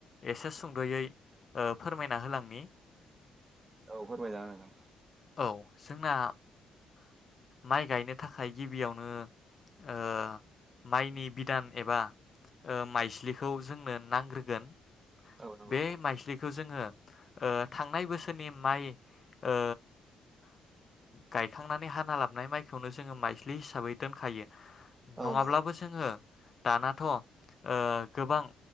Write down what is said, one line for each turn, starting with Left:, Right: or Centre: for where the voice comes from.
Left: एसे सुंद'यै ओ फोरमायना होलांनि।
Right: औ फोरमायना हो नोंथां।
Left: औ जोंना माइ गायनो थाखाय गिबियावनो ओ माइनि बिदान एबा ओ माइज्लिखौ जों नो नांग्रोगोन।
Right: औ नंगौ
Left: बे माइज्लिखौ जों ओ जोङो थांनाय बोसोरनि माइ ओ गायखांनानै हाना लाबनाय माइखौनो जोङो माइज्लि हिसाबै दोनखायो। नङाब्लाबो
Right: औ नंगौ
Left: जोङो दानाथ' ओ गोबां